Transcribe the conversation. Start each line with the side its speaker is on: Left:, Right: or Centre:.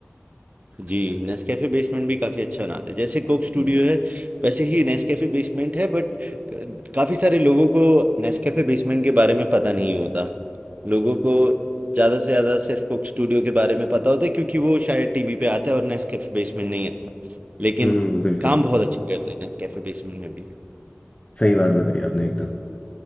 Right: जी, नेस्कैफ़े बेसमेंट भी काफ़ी अच्छा बनाते हैं। जैसे कोक स्टूडियो
Left: हम्म
Right: है, वैसे ही नेस्कैफ़े बेसमेंट है बट क काफ़ी सारे लोगों को नेस्कैफ़े बेसमेंट के बारे में पता नहीं होता। लोगों को ज़्यादा से ज़्यादा सिर्फ़ कोक स्टूडियो के बारे में पता होता है क्योंकि वो शायद टीवी पे आता है और नेस्कैफ़े बेसमेंट नहीं आता। लेकिन
Left: हम्म, बिल्कुल
Right: काम बहुत अच्छा करता है नेस्कैफ़े बेसमेंट में भी।
Left: सही बात बताई आपने एकदम